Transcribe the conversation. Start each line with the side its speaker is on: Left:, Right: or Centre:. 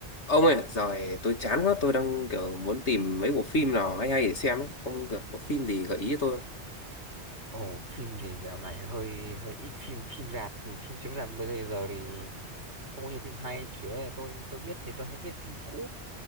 Left: ông ơi rồi tôi chán quá tôi đang kiểu muốn tìm mấy bộ phim nào hay hay để xem ấy ông kiểu có phim gì gợi ý cho tôi không
Right: Ồ, phim thì dạo này hơi hơi ít phim phim rạp phim chiếu rạp bây giờ thì không có nhiều phim hay chủ yếu là tôi tôi biết thì tôi hay biết phim cũ